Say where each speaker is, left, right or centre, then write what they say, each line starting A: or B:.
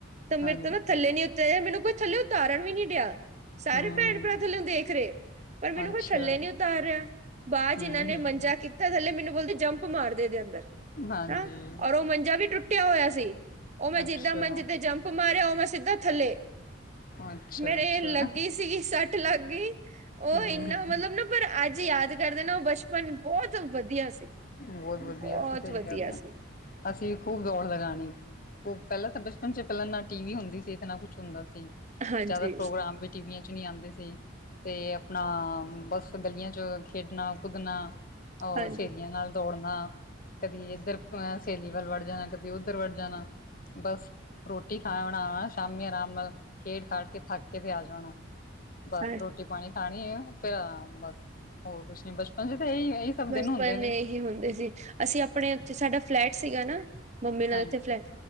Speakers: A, on the right; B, on the left.
A: ਤਾਂ ਮੇਰੇ।
B: ਹਾਂਜੀ,
A: ਤੋਂ ਨਾ ਥੱਲੇ ਨੀ ਉੱਤਰਆ। ਮੈਨੂੰ ਕੋਈ ਥੱਲੇ, ਉਤਾਰਨ ਵੀ, ਨੀ ਡਿਆ। ਸਾਰੇ
B: ਹੂੰ,
A: ਭੈਣ- ਭਰਾ ਥੱਲਿਓ ਦੇਖ ਰਹੇ। ਪਰ ਮੈਨੂੰ,
B: ਅੱਛਾ,
A: ਕੋਈ ਥੱਲੇ ਨਹੀਂ, ਉਤਾਰ ਰਿਹਾ। ਬਾਅਦ ਚ,
B: ਹੂੰ-ਹੂੰ-ਹੂੰ।
A: ਇਹਨਾਂ ਨੇ ਮੰਜਾ ਕੀਤਾ। ਤਾਂ ਥੱਲੇ ਮੈਨੂੰ, ਬੋਲਦੇ ਜੰਪ ਮਾਰਦੇ, ਇਹਦੇ ਅੰਦਰ।
B: ਹਾਂਜੀ,
A: ਏ, ਔਰ ਉਹ ਮੰਜਾ ਵੀ, ਟੁੱਟਿਆ ਹੋਇਆ ਸੀ। ਉਹ ਮੈਂ,
B: ਅੱਛਾ,
A: ਜਿੱਦਾਂ ਮੰਜੇ ਤੇ, ਜੰਪ ਮਾਰਿਆ, ਉਹ ਮੈਂ ਸਿੱਧਾ ਥੱਲੇ।
B: ਅੱਛਾ-ਅੱਛਾ।
A: ਮੇਰੇ, ਲੱਗੀ ਸੀ, ਸੱਟ। ਲੱਗ ਗਈ। ਉਹ
B: ਹੂੰ-ਹੂੰ-ਹੂੰ,
A: ਇੰਨਾ, ਮਤਲਬ ਨਾ, ਪਰ ਅੱਜ ਯਾਦ ਕਰਦੇ, ਨਾ ਉਹ ਬਚਪਨ। ਮਨੂੰ ਬਹੁਤ ਵਧੀਆ ਸੀ।
B: ਬਹੁਤ ਵਧੀਆ
A: ਬਹੁਤ
B: ਸੀ, ਸਹੀ
A: ਵਧੀਆ
B: ਗੱਲ ਐ।
A: ਸੀ।
B: ਅਸੀਂ, ਖੂਬ ਦੌੜ ਲਗਾਨੀ। ਖੂਬ, ਪਹਿਲਾਂ ਤਾਂ ਬਚਪਨ ਚ, ਪਹਿਲਾਂ ਨਾ ਟੀਵੀ, ਹੁੰਦੀ ਸੀ। ਨਾ ਕੁਛ ਹੁੰਦਾ ਸੀ।
A: ਹਾਂਜੀ,
B: ਜ਼ਿਆਦਾ ਪ੍ਰੋਗਰਾਮ ਵਿੱਚ। ਟੀਵੀਆਂ ਚ, ਨਹੀਂ ਆਉਂਦੇ ਸੀ। ਤੇ ਆਪਣਾ, ਬਸ ਗਲੀਆਂ ਚ, ਖੇਡਣਾ- ਕੁਦਣਾ। ਉਹ
A: ਹਾਂਜੀ
B: ਸਹੇਲੀਆਂ ਨਾਲ, ਦੌੜਨਾ। ਕਦੀ ਇੱਧਰ ਅ ਸਹੇਲੀ ਵੱਲ, ਵੜ ਜਾਣਾ। ਕ- ਦੀ ਉਧਰ, ਵੜ ਜਾਣਾ ਬਸ। ਰੋਟੀ ਖਾ ਹੋਣਾ, ਸ਼ਾਮੀ ਆਰਾਮ ਨਾਲ ਖੇਡ-ਖਾਡ ਕੇ, ਥੱਕ ਕੇ, ਤੇ ਆ ਜਾਣਾ। ਬਸ
A: ਹਾਂ
B: ਰੋਟ ਰੋਟੀ-ਪਾਣੀ, ਖਾਣੀ ਐ, ਫੇਰ ਅਰਾਮ ਬਸ, ਹੋਰ ਕੁਛ ਨੀ, ਬਚਪਨ ਚ ਤਾਂ ਇਹੀ ਇਹੀ ਸਭ
A: ਬਚਪਨ
B: ਦਿਨ ਹੁੰਦੇ ਨੇ
A: ਦੇ, ਏ ਹੀ, ਹੁੰਦੇ ਸੀ। ਅਸੀਂ, ਆਪਣੇ ਉੱਥੇ, ਸਾਡਾ ਫਲੈਟ ਸੀਗਾ ਨਾ। ਮੰਮੀ ਨਾਲ਼
B: ਹਾਂਜੀ
A: ਚ ਤੇ ਫਲੈਟ